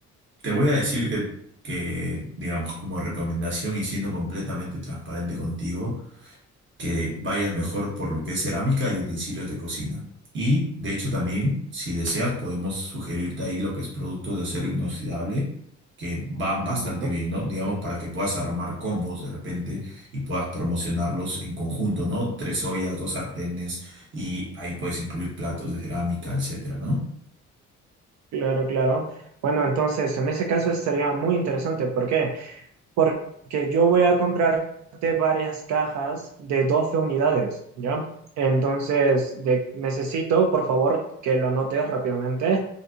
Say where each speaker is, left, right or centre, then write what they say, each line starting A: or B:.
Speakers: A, on the right; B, on the right.
A: te voy a decir que, que, digamos, como recomendación y siendo completamente transparente contigo, que vayas mejor por lo que es cerámica y utensilios de cocina. Y, de hecho, también, si deseas, podemos sugerirte ahí lo que es productos de acero inoxidable, que van bastante
B: ya,
A: bien, ¿no? Digamos, para que puedas armar combos de repente y puedas promocionarlos en conjunto, ¿no? Tres ollas, dos sartenes y ahí puedes incluir platos de cerámica, etcétera, ¿no?
B: claro, claro. Bueno, entonces en ese caso estaría muy interesante. ¿Por qué? porque yo voy a comprarte varias cajas de 12 unidades, ¿ya? Entonces, de- necesito, por favor, que lo anotes rápidamente.